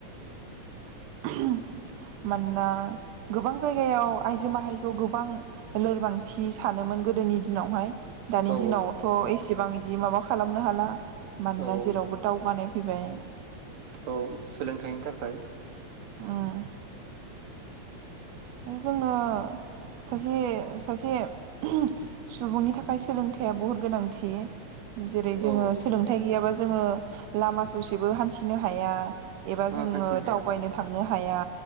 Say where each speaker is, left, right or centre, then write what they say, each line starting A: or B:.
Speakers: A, on the right; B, on the right.
A: <inaudible> मानोना गोबां जायगायाव आइजो माहारिखौ गोबां लोरबांथि सानोमोन गोदोनि दिनावहाय दानि
B: औ
A: दिनावथ' एसेबां इदि माबा खालामनो हाला मानोना
B: औ औ
A: जेरावबो दावगानाय फैबाय
B: औ सोलोंथाइनि थाखाय
A: उम ओ जोंना सासे सासे ओहम सुबुंनि थाखाय सोलोंथाइया बहुत गोनांथि जेरै
B: औ
A: जोङो सोलोंथाइ गैयाबा जोङो लामा ससेबो हान्थिनो हाया एबा
B: औ
A: जोङो
B: हान्थिनो हाया
A: दावबायनो थांनो हाया